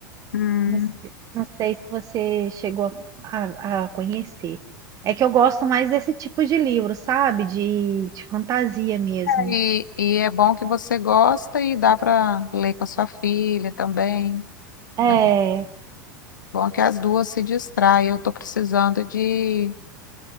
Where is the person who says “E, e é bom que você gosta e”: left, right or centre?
Left